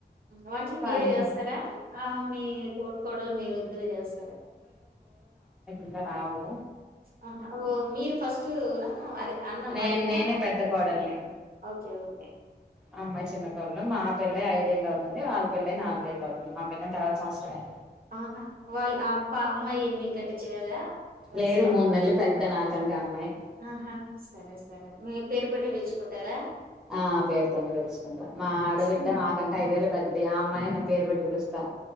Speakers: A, on the right (about 55°); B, in the centre.
A: వంట్ల్
B: పన్
A: మీరే చేస్తారా ఆ మీ తోడుకోడలు మీరు ఇద్దరు చేస్తారా
B: ఇంకరావు
A: ఆహా ఓ మీరు ఫస్ట్ నా అదే అన్న
B: నేను
A: భార్యానా
B: నేనే పెద్ద కోడల్ని
A: ఓకే ఓకే
B: ఆ అమ్మాయి చిన్నకోడలు మా పిల్లై ఐదేళ్ళు అవుతుంది వాళ్పెళ్లయి నాలుకేళ్ళు అవుంది మా పెళైన తరువాత సంవత్సరంమే
A: ఆహా వాళ్ళు అప్ప అమ్మాయిని కంటె చిన్నదా వయసులో
B: లేదు మూడు నెలలు పెద్ద నాకంటే అమ్మాయి
A: ఆహా సరే సరే మీ పేరు పెట్టే పిల్చుకుంటారా
B: ఆ పేరుతోనే పెరుచుకుంటము మా ఆడబిడ్డ
A: హ్మ్.
B: మాకంటే ఐదేళ్లు పెద్దది అమ్మాయినే నేనుపేరు పెట్టి పిలుస్తా